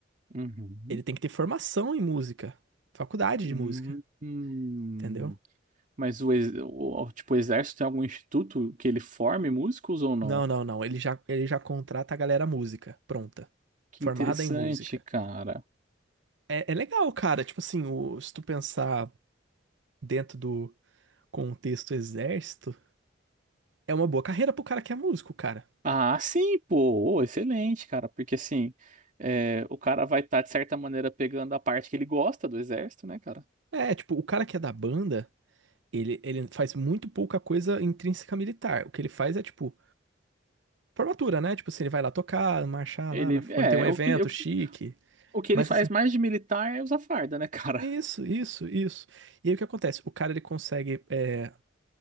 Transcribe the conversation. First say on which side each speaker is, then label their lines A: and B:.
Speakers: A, on the right (about 40°); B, on the right (about 70°).
A: Uhum.
B: Ele tem que ter formação em música, faculdade de
A: Hum,
B: música,
A: hum.
B: entendeu?
A: Mas o, ex- o- tipo, o exército tem algum instituto que ele forme músicos ou não?
B: Não, não, não, ele já, ele já contrata a galera música, pronta,
A: Que
B: formada
A: interessante,
B: em música.
A: cara.
B: É, é legal, cara, tipo assim, o- se tu pensar dentro do contexto exército, é uma boa carreira pro cara que é músico, cara.
A: Ah, sim, pô, Ô, excelente, cara, porque assim, é, o cara vai estar, de certa maneira, pegando a parte que ele gosta do exército, né, cara?
B: É, tipo, o cara que é da banda. Ele, ele faz muito pouca coisa intrínseca militar. O que ele faz é, tipo, formatura, né? Tipo assim, ele vai lá tocar, marchar
A: Ele,
B: lá, na- quando
A: é,
B: tem um
A: é
B: evento
A: o que, o que
B: chique.
A: O que ele
B: Mas
A: faz
B: assim,
A: mais de militar é usar farda, né, cara?
B: isso,
A: <laughs>
B: isso, isso. E aí o que acontece? O cara, ele consegue é,